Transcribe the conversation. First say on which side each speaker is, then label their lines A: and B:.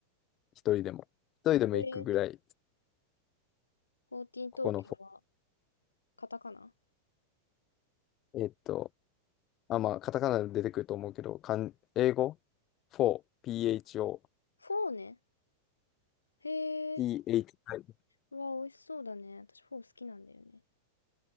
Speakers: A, on the left (about 35°); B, on the left (about 80°).
A: 一人でも。一人でも行くぐらい、
B: えー、フォーティン東京は
A: ここのフォ
B: カタカナ
A: ー、えっと、あ、まあ、カタカナで出てくると思うけど、漢英語 ?4、PHO、
B: フォーね。へえ。
A: THI
B: うわ、美味しそうだね。私フォー好きなんだよね。